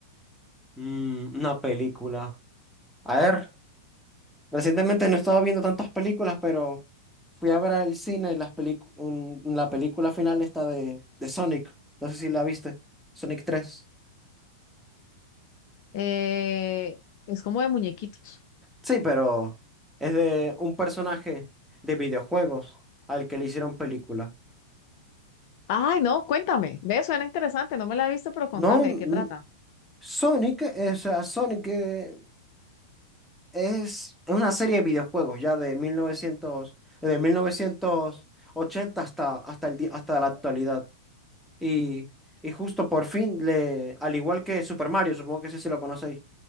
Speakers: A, in the centre; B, on the left.
A: mm, una película. A ver. Recientemente no he estado viendo tantas películas, pero fui a ver al cine las pelicu- un- la película final esta de, de Sonic. No sé si la viste. Sonic tres.
B: Eh, es como de muñequitos.
A: Sí, pero es de un personaje de videojuegos al que le hicieron película.
B: Ay, no, cuéntame. Ve, suena interesante. No me la he visto, pero contame,
A: No, n-
B: ¿de qué trata?
A: Sonic, eh, o sea, Sonic eh, es, es una serie de videojuegos ya de mil novecientos de mil novecientos ochenta hasta, hasta, el, di- hasta la actualidad. Y, y justo por fin, le, al igual que Super Mario, supongo que ese sí lo conocéis.